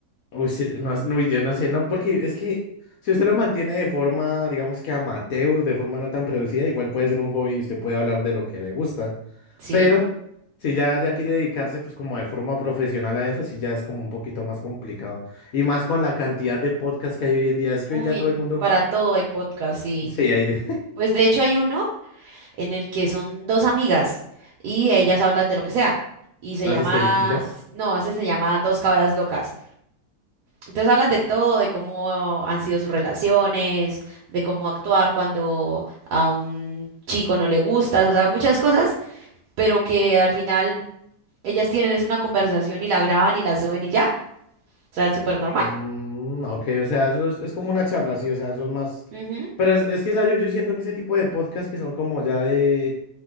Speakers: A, on the left; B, on the right.
A: uy, sí, no, es- uy, yo no sé, no, porque es que si usted lo mantiene de forma, digamos que amateur, de forma no tan producida, igual puede ser un hobby y usted puede hablar de lo que le gusta.
B: Sí.
A: Pero si ya, ya quiere dedicarse pues como de forma profesional a eso, sí ya es como un poquito más complicado. Y más con la cantidad de podcasts que hay hoy en día, es que
B: Uy,
A: hoy ya todo el mundo...
B: para todo hay podcast, sí.
A: Sí, hay de...
B: Pues de hecho hay uno. en el que son dos amigas y ellas hablan de lo que sea. Y se
A: <laughs>
B: llama,
A: las histeriquillas.
B: no, ese se llama Dos Cabras Locas. Entonces hablan de todo, de cómo han sido sus relaciones, de cómo actuar cuando a un chico no le gustas, o sea, muchas cosas, pero que al final ellas tienen es una conversación y la graban y la suben y ya. O sea, es súper normal.
A: Mm, ok, o sea, eso es, es como una charla, sí, o sea, son más...
B: Ujú.
A: Pero es, es que ¿sabe? yo, yo siento que ese tipo de podcasts que son como ya de,